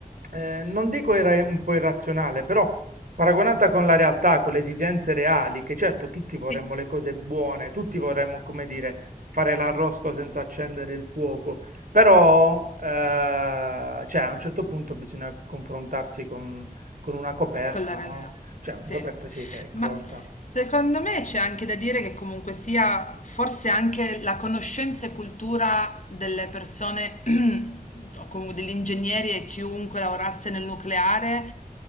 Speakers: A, on the right (about 65°); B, on the left (about 55°).
A: eh, non dico era un po' irrazionale, però... Paragonata con la realtà, con le esigenze reali, che certo tutti vorremmo
B: sì.
A: le cose buone, tutti vorremmo, come dire, fare l'arrosto senza accendere il fuoco, però eh, cioè, a un certo punto bisogna confrontarsi con, con una coperta,
B: Con la realtà,
A: no? Cioè
B: sì.
A: una coperta sì che è corta,
B: Ma secondo me c'è anche da dire che comunque sia forse anche la conoscenza e cultura delle persone, <clears throat> o comunque degli ingegneri e chiunque lavorasse nel nucleare,